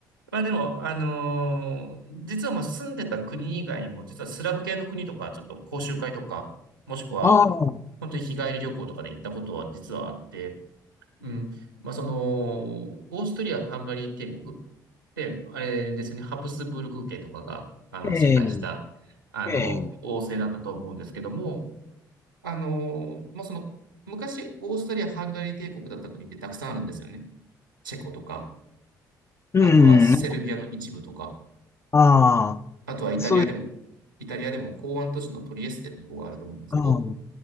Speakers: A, on the right; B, on the left.
A: まあでも、あのー実はもう住んでた国以外にも、実はスラブ系の国とか、ちょっと講習会とか、もしくは、
B: ああ、
A: 本当に日帰り旅行とかで行ったことは実はあって、うん。まあその、オーストリア、ハンガリー帝国って、あれですね、ハプスブルク家とかが、あの、
B: え
A: 支配した、あの、
B: えええ
A: 王政だったと思うんですけども、あのーまあその、昔、オーストリア、ハンガリー帝国だった国ってたくさんあるんですよね。チェコとか。
B: うん、
A: あとはセルビアの一部とか、
B: ああ、
A: あとはイタリアでも、
B: そういう、
A: イタリアでも港湾都市のトリエステってとこがあると思うんですけど、
B: ああ。